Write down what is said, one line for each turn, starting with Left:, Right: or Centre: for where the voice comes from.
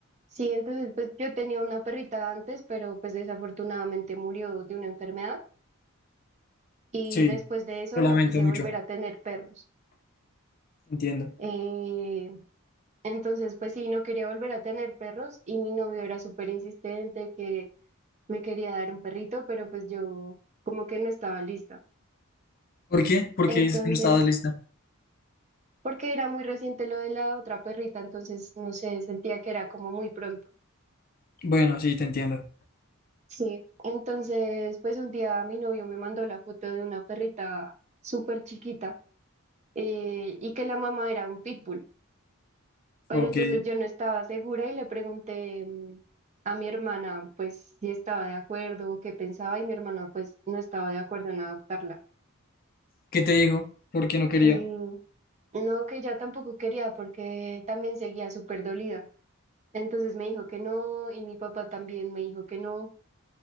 Right: Sí, entonces pues yo tenía una perrita antes, pero pues desafortunadamente murió de una enfermedad. y
Left: Sí,
Right: después de eso
Left: lo
Right: no
Left: lamento
Right: quise
Left: mucho.
Right: volver a tener perros.
Left: Entiendo.
Right: Eh, entonces, pues sí, no quería volver a tener perros y mi novio era súper insistente que me quería dar un perrito, pero pues yo como que no estaba lista.
Left: ¿Por qué? ¿Por
Right: Entonces,
Left: qué dices que no estabas lista?
Right: porque era muy reciente lo de la otra perrita, entonces, no sé, sentía que era como muy pronto.
Left: Bueno, sí, te entiendo.
Right: Sí, entonces, pues un día mi novio me mandó la foto de una perrita súper chiquita eh, y que la mamá era un pitbull. Pero
Left: Ok.
Right: entonces yo no estaba segura y le pregunté mm, a mi hermana, pues, si estaba de acuerdo o qué pensaba, y mi hermana, pues, no estaba de acuerdo en adoptarla.
Left: ¿Qué te dijo? ¿Por qué no quería?
Right: Y no, que ya tampoco quería porque también seguía súper dolida. Entonces me dijo que no, y mi papá también me dijo que no.